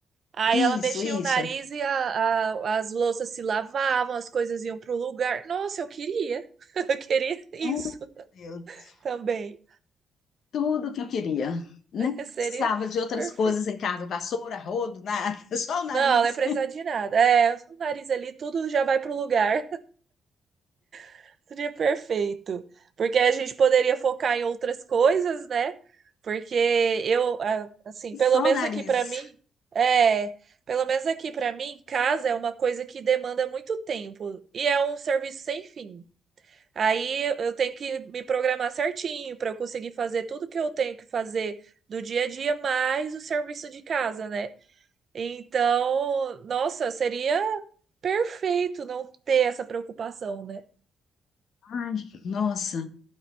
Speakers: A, on the right; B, on the left.
A: Aí
B: Isso,
A: ela mexia
B: isso.
A: o nariz e a- a- as louças se lavavam, as coisas iam pro lugar. Nossa, eu queria. <laughs> Eu queria isso
B: Ai, meu Deus.
A: também.
B: Tudo que eu queria. Nem
A: <laughs> Seria
B: precisava de outras
A: perfeito.
B: coisas em casa, vassoura, rodo, nada. <laughs> Só o nariz.
A: Não, não ia precisar de nada. É, o nariz ali, tudo já vai pro lugar. <laughs> Seria perfeito. Porque a gente poderia focar em outras coisas, né? Porque eu, ah, assim, pelo
B: Só
A: menos
B: o nariz.
A: aqui pra mim, é, pelo menos aqui pra mim, casa é uma coisa que demanda muito tempo e é um serviço sem fim. Aí eu tenho que me programar certinho para eu conseguir fazer tudo que eu tenho que fazer do dia a dia, mais o serviço de casa, né? Então, nossa, seria perfeito não ter essa preocupação, né?
B: Ai, nossa.